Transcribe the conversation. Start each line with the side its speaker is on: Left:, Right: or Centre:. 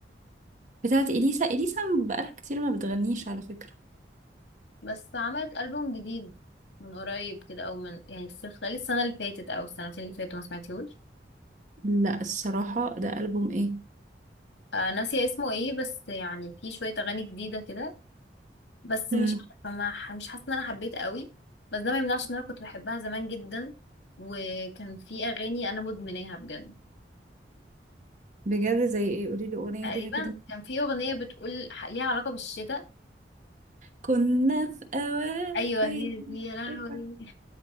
Right: بتاعت إليسا إليسا بقالها كتير ما بتغنيش على فكرة
Left: بس عملت ألبوم جديد من قريب كده او من يعني في خلال السنة اللي فاتت او السنتين اللي فاتوا ما سمعتيهوش
Right: لا الصراحة ده ألبوم إيه
Left: آه ناسية اسمه ايه بس يعني في شوية اغاني جديدة كده بس
Right: مم.
Left: مش عارفة ما ح- مش حاسة ان انا حبيت قوي بس ده ما يمنعش ان انا كنت بحبها زمان جدا وكان في اغاني انا مدمناها بجد
Right: بجد زي إيه قوليلي أغنية
Left: تقريبا
Right: ليها كده
Left: كان في اغنية بتقول ح- ليها علاقة بالشتاء
Right: كنا في أواخر
Left: ايوه هي دي يا لهوي
Right: إيه ده؟